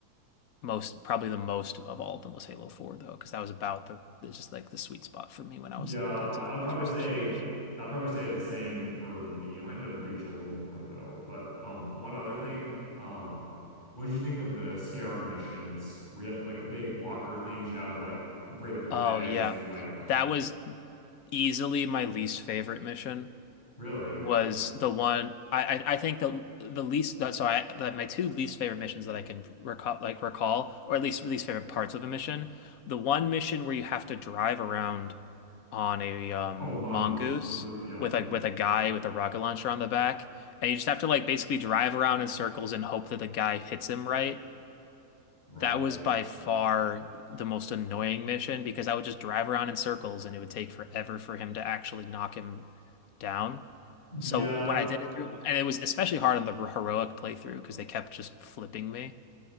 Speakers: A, on the left; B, on the left.
A: Most probably the most of all of them was Halo 4 though, because that was about the it's just like the sweet spot for me when I
B: Yeah,
A: was in,
B: I-
A: into
B: I'd
A: first
B: probably
A: person
B: say
A: shooters.
B: I'd probably say the same for me. I might have done Reach a little more though. But um one other thing, um what did you think of the Scarab missions where you had like the big walker things you had to like break their legs
A: Oh yeah.
B: and like
A: That was easily my least favorite mission.
B: really?
A: was the one I, I I think the the least that so I that my two least favorite missions that I can recall like recall or at least least favorite parts of a mission. The one mission where you have to drive around on a um
B: Oh, the mongoose.
A: mongoose
B: The, the- yeah.
A: with
B: mhm.
A: like with a guy with a rocket launcher on the back and you just have to like basically drive around in circles and hope that the guy hits him right.
B: Right.
A: That was by far the most annoying mission because I would just drive around in circles and it would take forever for him to actually knock him down.
B: Yeah,
A: So when I did it through, and it was especially hard on the heroic playthrough because they kept just flipping me.